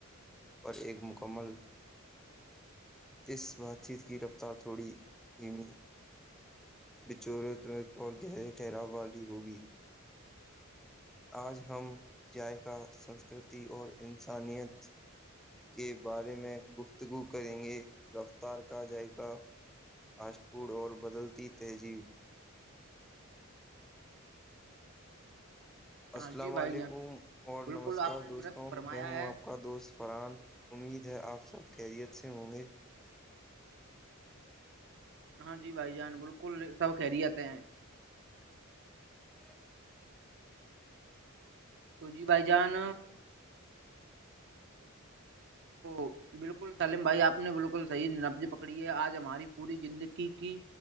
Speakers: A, in the centre; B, on the right.
A: پر ایک مکمل اس بات چیت کی رفتار تھوڑی دمی بچور تمیں اور گہرے ٹھہراؤ والی ہوگی آج ہم ذائقہ سنسکرتی اور انسانیت کے بارے میں گفتگو کریں گے رفتار کا ذائقہ آاش پڑ اور بدلتی تہذیب السلام
B: ہاں جی بھائی
A: علیکم
B: جان
A: اور
B: بالکل
A: نمسکار
B: آپ نے
A: دوستوں
B: درست فرمایا
A: میں ہوں
B: ہے
A: آپ کا دوست فرحان امید ج آپ سب خریت سے ہوں گے
B: ہاں جی بھائی جان بالکل سب خہری آاتتے ہیں
A: ہ
B: تو جی بائی جان بالکل بالکل سلیم بھائی آپ نے بالکل صحیح نبز پکڑی ہے آج ہماری پوری زندگی کی